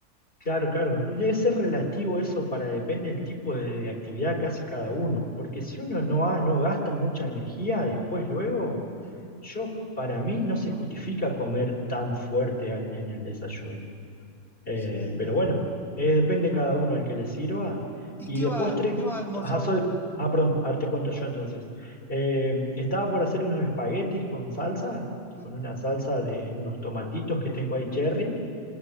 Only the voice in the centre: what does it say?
Mm.
Sí,
no.
¿Y
qué
va,
qué va a almorzar
vos?
Mm.